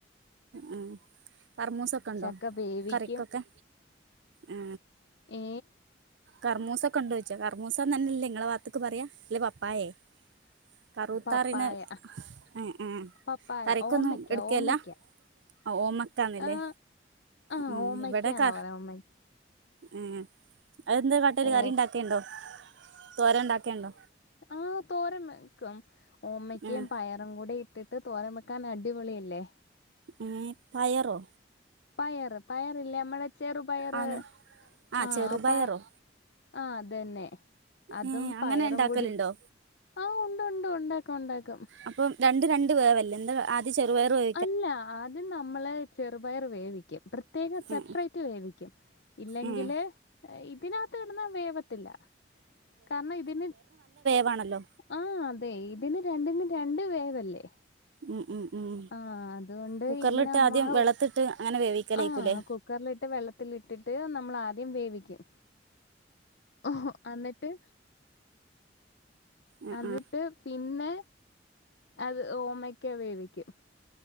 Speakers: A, on the right; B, on the left.
A: ഉം കർമോസം ക്കണ്ടോ
B: ചക്ക വേവിക്കും
A: കറിക്കൊക്കെ ഉ
B: ഏ
A: കർമൂസ ക ണ്ട് വെച്ചോ കർമൂസന്നെ ഇല്ലെ നിങ്ങളെ ഭാഗത്തക്ക് പറയാ അല്ലെ പപ്പായേ കറൂത്താറിന്
B: പപ്പായ
A: ഉ ഉ
B: പപ്പായ
A: എക്കൊന്നും
B: ഓമയ്ക്ക
A: എടുക്കേല്ല
B: ഓമയ്ക്ക
A: ആ ഓമക്കാന്നല്ലെ
B: ആ ആ
A: ഉം
B: ഓമയ്ക്കാന്നാ
A: ഇവിടക്ക
B: പറയാ ഓമ
A: ഉം അതെന്താ കാ മട്ടരു
B: ഓ
A: കറി ഉണ്ടാക്കിയുണ്ടൊ തോര ഉണ്ടാക്കിയുണ്ടൊ
B: ആഹ് തോരൻ വെക്കും ഓമ്മക്കയും
A: ഉം
B: പയറും കൂടി ഇട്ടിട്ട് തോരൻ വെക്കാൻ അടിപൊളി അല്ലെ
A: ഏഹ് പയറൊ
B: പയറ് പയറില്ലേ നമ്മടെ ചെറു പയറ്
A: ആന്ന് ആഹ്
B: ആ
A: ചെറുപയറോ
B: പയ ആ അതന്നെ അതും
A: ഏഹ്
B: പയറും
A: അങ്ങനെ ഇണ്ടാക്കലുണ്ടോ
B: കൂടി ആഹ് ഉണ്ട് ഉണ്ട് ഉണ്ടാക്കും ഉണ്ടാക്കും
A: അപ്പം രണ്ട് രണ്ട് വേവല്ലെ എന്താ ആദ്യ ചെറുപയറ് വേ
B: അല്ല ആദ്യം നമ്മള് ചെറുപയർ വേവിക്കും പ്രത്യേകം സെപ്പറേറ്റ്
A: ഉം
B: വേവിക്കും ഇല്ലെങ്കിൽ
A: ഉം
B: ഇതിനകത്ത് കെടന്ന വേവത്തില്ല കാരണം ഇതിന്
A: വാണല്ലൊ
B: ആ അതെ ഇതിന് രണ്ടിനും രണ്ട് വേവല്ലേ
A: ഉം ഉം ഉം
B: ആഹ് അതുകൊണ്ട്
A: കുക്കറിലിട്ട്
B: ഇങ്ങനെ അമ്മള
A: ആദ്യം വെള്ളത്തിട്ട് അങ്ങനെ വേവിക്കലേക്കൂലേ
B: ആഹ് കൊ കുക്കറിലിട്ട് വെള്ളത്തിലിട്ടിട്ട് നമ്മൾ ആദ്യം വേവിക്കും ഓഹൊ അന്നിട്ട്
A: ആ
B: അന്നിട്ട്
A: ആ
B: പിന്നെ അത് ഓമക്ക വേവിക്കും